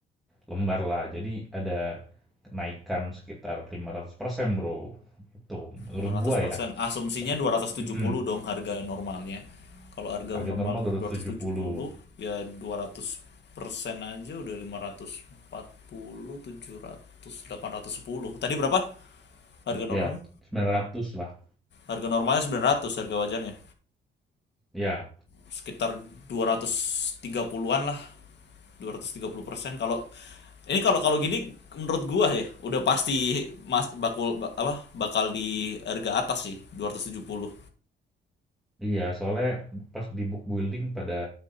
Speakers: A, in the centre; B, on the left.
A: lembar lah. Jadi ada kenaikan sekitar 500% Bro. Itu menurut
B: lima ratus
A: gua
B: persen
A: ya.
B: asumsinya
A: Tapi,
B: dua ratus tujuh
A: mm-mm.
B: puluh dong harga normalnya kalau harga
A: Harga
B: normal
A: normal 270.
B: dua ratus tujuh puluh ya dua ratus persen aja udah lima ratus ratus empat puluh tujuh ratus, delapan ratus sepuluh tadi berapa harga normalnya
A: Ya, 900 lah.
B: harga normalnya sembilan ratus harga wajarnya
A: Ya.
B: sekitar dua ratus tiga puluhan lah 230% kalau ini kalau kalau gini menurut gua ya udah pasti mas bakul ba- apa bakal di harga atas sih dua ratus tujuh puluh
A: Iya, soalnya pas di book building pada